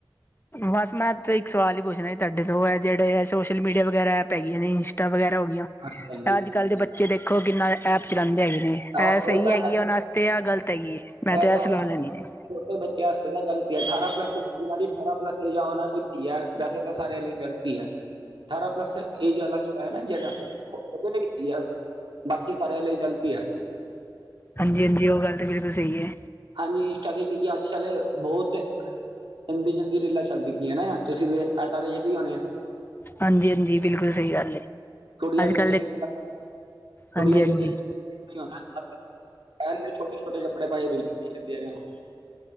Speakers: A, on the left; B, on the right.
A: ਬਸ ਮੈਂ ਤੇ ਇੱਕ ਸਵਾਲ ਈ ਪੁੱਛਣਾ ਤੁਹਾਡੇ ਤੋਂ ਐ ਜੇੜੇ ਐ ਸੋਸ਼ਲ-ਮੀਡੀਆ ਵਗੈਰਾ ਐਪ ਹੈਗੀਆਂ ਨੇ ਇੰਸਟਾ ਵਗੈਰਾ ਹੋਗੀਆ
B: ਹਾਂਜੀ ਹਾਂਜੀ
A: ਅੱਜ-ਕੱਲ੍ਹ ਦੇ ਬੱਚੇ ਦੇਖੋ ਕਿੰਨਾ ਐਪ ਚਲਾਂਦੇ ਹੈਗੇ ਨੇ।
B: ਹਾਂ,
A: ਐ ਸਈ
B: ਉਹ ਤਾਂ
A: ਹੈਗੀ
B: ਹੈ
A: ਆ ਉਨਾਂ ਆਸਤੇ ਯਾਂ ਗ਼ਲਤ ਹੈਗੀ ਏ ਮੈਂ ਤੇ
B: ਇਹ
A: ਐ
B: ਤਾਂ
A: ਸਲਾਹ
B: ਹੁਣ
A: ਲੈਣੀ ਸੀ?
B: ਛੋਟੇ ਬੱਚਿਆਂ ਆਸਤੇ ਤਾ ਗਲਤ ਈ ਐ ਅਠਾਰਾਂ ਪਲੱਸ ਜਿਨਾਂ ਦੀ ਅਠਾਰਾਂ ਪਲੱਸ ਏਜ ਆ ਓਨਾਂ ਲਈ ਸਈ ਐ ਵੈਸੇ ਤਾਂ ਸਾਰਿਆਂ ਲਈ ਗਲਤ ਤ ਈ ਐ ਅਠਾਰਾਂ ਪਲੱਸ ਏਜ ਆਲਾ ਐ ਨਾ ਜੇੜਾ ਓਦੇ ਲਈ <unintelligible> ਆ ਬਾਕੀ ਸਾਰਿਆਂ ਲਈ ਗ਼ਲਤੀ ਈ ਆ।
A: ਹਾਂਜੀ-ਹਾਂਜੀ, ਓ ਗੱਲ ਤੇ ਬਿਲ ਸਈ ਐ।
B: ਹਾਂਜੀ, ਇੰਸਟਾ ਤੇ ਤੂਸੀ ਆੱਜ-ਕੱਲ ਬੋਹਤ ਗੰਦੀ-ਗੰਦੀ ਰੀਲਾਂ ਚੱਲਦੀ ਪਈਆਂ ਨਾ, ਤੂਸੀ ਵੇ ਐ ਤਾਂ ਵੇਖਦੇ ਈ ਹੋਨੇ ਓ?
A: ਹਾਂਜੀ-ਹਾਂਜੀ, ਬਿਲਕੁਲ ਸਈ ਗਾੱਲ ਏ
B: ਕੁੜੀਆਂ
A: ਆੱਜ-ਕੱਲ
B: ਦੀ ਤੁਸੀਂ
A: ਦੇ
B: ਕੁੜੀਆਂ
A: ਹਾਂਜੀ-ਹਾਂਜੀ।
B: ਦੀ <unintelligible> ਐਨੇ ਛੋਟੇ-ਛੋਟੇ ਕੱਪੜੇ ਪਾਏ ਰੀਲਾਂ ਪਾਈ ਜਾਂਦੀਆਂ ਨੇ ਓ।